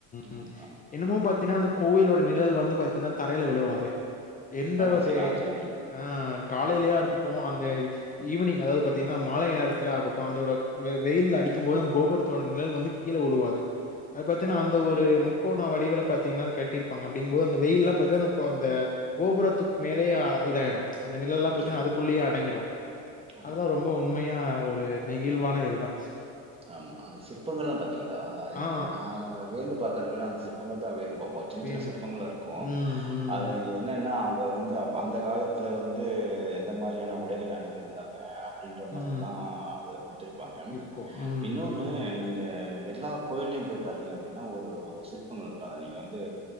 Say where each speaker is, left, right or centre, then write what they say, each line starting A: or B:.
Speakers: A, on the left; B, on the right.
A: ம்
B: ஆமா, ஆமா,
A: இன்னமோ
B: ஆமா.
A: பாத்தீன்னா அந்த கோவிலோட நிழல் வந்து பாத்தினா தரையில விழுவாது எந்த
B: ஆமா
A: ஒரு
B: சில ஆச்சரியங்கள்.
A: ஆ காலைலயா இருக்கட்டு அந்த ஈவ்னிங் அதாவது பாத்தீங்கன்னா மாலை நேரத்திலய இருகட்டு அந்தோட வெயில் அடிக்கும் போது அந்த கோபுரத்தோட நிழல் வந்து கீழே உழுவாது அது பாத்தீனா
B: ஆமா,
A: அந்த ஒரு முக் முக்கோண வடிவுல பாத்தீங்கன்னா அத கட்டிருப்பாங்க அப்டிங்கும்போது அந்த வெயில்ல பாத்தீனா அந்த கோ அந்த கோபுரத்துக்கு மேலேயு ஆ இதாயிடு அந்த நிழல்லா பாத்தீன்னா
B: ஆமா,
A: அதுக்குள்ளேயே அடங்கிடும்
B: ஆமா,
A: அதுதா ரொம்ப உண்மையா ஒரு நெகிழ்வான இதுதா
B: ஆமா அந்த சிற்பங்கள்லா பாத்தீங்களா எனக்கு
A: ஆ
B: நாங்க வியந்து பாக்குறத விட அந்த சிற்பங்கள் தா வியந்து பாப்போ சின்ன
A: வியந்து
B: சின்ன சிற்
A: பார்ப்போம்.
B: ப்பங்கலா இருக்கு
A: ம்,
B: அத
A: ம்,
B: எத் என்னென்னா அவுங்க வந்து அப்ப அந்த காலத்துல வந்து எந்த மாரியான உடைகள் அணிந்திருந்தாங்க அப்டின்ற
A: ம்.
B: மாதிரி தா அத குடுத்திருப்பாங்க
A: இருக்கும். ம்,
B: இன்னொன்னு நீங்க எல்லா கோயிலயு போய் பாத்தீங்க அப்டின்னா ஒரு சிற்பங்கள் இருக்கு அத நீங்க வந்து